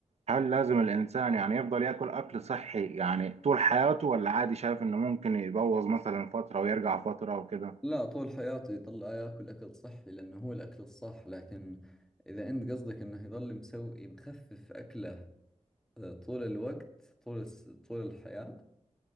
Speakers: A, on the right (about 65°); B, in the centre.
A: هل لازم الإنسان يعني يفضل ياكل أكل صحي يعني طول حياته ولا عادي شايف إنه ممكن يبوظ مثلا فترة ويرجع فترة وكده؟
B: لا طول حياته يضل ياكل اكل صحي لانه هو الاكل الصح لكن اذا انت قصدك انه يضل مسوي مخفف اكله آه، طول الوقت طول الس... طول الحياة